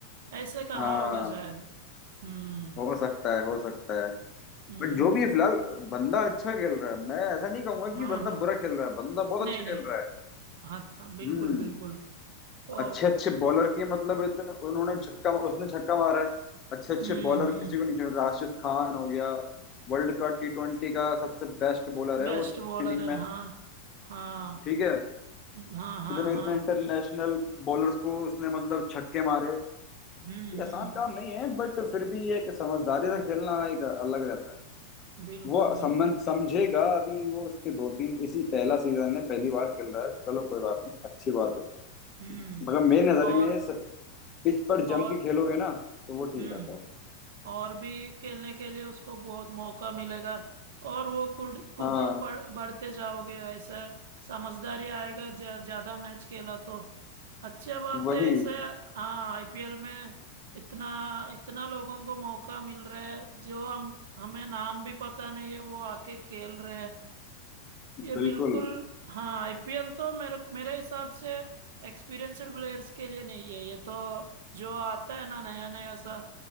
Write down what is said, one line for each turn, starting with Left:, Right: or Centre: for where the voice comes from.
Right: ऐसे कहा
Left: हाँ
Right: होगा शायद हम्म
Left: हो सकता है हो सकता है
Right: हम्म
Left: बट जो भी है फिलहाल बंदा अच्छा खेल रहा है मैं ऐसा नहीं कहूंगा
Right: हाँ
Left: कि बंदा
Right: हाँ
Left: बुरा खेल रहा है बंदा बहुत
Right: नहीं
Left: अच्छा
Right: नहीं
Left: खेल रहा है
Right: हाँ हाँ, बिल्कुल
Left: हम्म
Right: बिल्कुल वो
Left: अच्छे अच्छे बॉलर की मतलब इतने उन्होंने छक्का उसने छक्का मारा है अच्छे अच्छे
Right: हम्म
Left: बॉलर
Right: हम्म
Left: किसी को नहीं छोड़ राशिद खान हो गया वर्ल्ड का टी ट्वेंटी का सबसे बेस्ट बॉलर है
Right: बेस्ट
Left: वो स्पिनिंग
Right: बॉलर है
Left: में
Right: हाँ हाँ
Left: ठीक है
Right: हाँ हाँ
Left: इतने
Right: हाँ
Left: इतने इंटरनेशनल बॉलर्स को उसने मतलब छक्के मारे
Right: हम्म
Left: ये
Right: हम्म
Left: आसान काम नहीं है बट फिर भी एक समझदारी से खेलना एक अलग रहता है
Right: बिल्कुल
Left: वो
Right: बिल्कुल
Left: समझ समझेगा अभी वो उसके दो तीन इसी पहला सीजन है पहली बार खेल रहा है चलो कोई बात नहीं अच्छी बात है
Right: हम्म
Left: मगर मेरी नजर
Right: और
Left: में पिच पर
Right: और
Left: जम के खेलोगे ना तो वो ठीक
Right: हम्म
Left: रहता है
Right: और भी खेलने के लिए उसको बहुत मौका मिलेगा और वो खुद खुद
Left: हाँ
Right: पढ़- बढ़ते जाओगे ऐसा समझदारी आएगा ज्या- ज्यादा मैच खेला तो अच्छा बात
Left: वही
Right: है ऐसे हाँ आईपीएल में इतना इतना लोगों को मौका मिल रहा है जो हम हमें नाम भी पता नहीं है वो आके खेल रहे हैं ये बिल्कुल
Left: बिल्कुल
Right: हाँ आईपीएल तो मेरे मेरे हिसाब से एक्सपीरियंस्ड प्लेयर्स के लिए नहीं है ये तो जो आता है ना नया नया सा